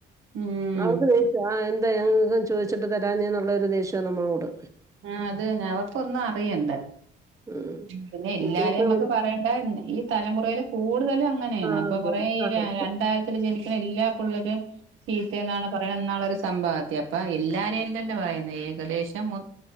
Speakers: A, on the right (about 80°); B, on the right (about 15°).
A: ഉം
B: അവർക്ക്, ആഹ് എന്താ ഞങ്ങക്ക് ചോദിച്ചിട്ട് തരാഞ്ഞേന്നുള്ളൊരു ദേഷ്യണ് നമ്മളോട്.
A: ആഹ് അതെന്നെ അവർക്കൊന്നും അറിയണ്ട.
B: ഉം
A: പിന്നെ എല്ലാരും
B: ബുദ്ധിമുട്ടുകള്
A: നമ്മുക്ക് പറയേണ്ട ഈ തലമുറൽ കൂടുതലും അങ്ങനെയാണ്
B: ആഹ്
A: അപ്പൊ
B: അതെ
A: കുറേ ഈ
B: ആഹ്
A: രണ്ടായിര ജനിക്കുന്ന എല്ലാ പള്ളേരും സീത്ത എന്നാണ് പറ എന്നുള്ള ഒരു സംഭവംത്തി അപ്പ എല്ലാരെയല്ലല്ലേ പറയുന്നത് ഏകദേശം മു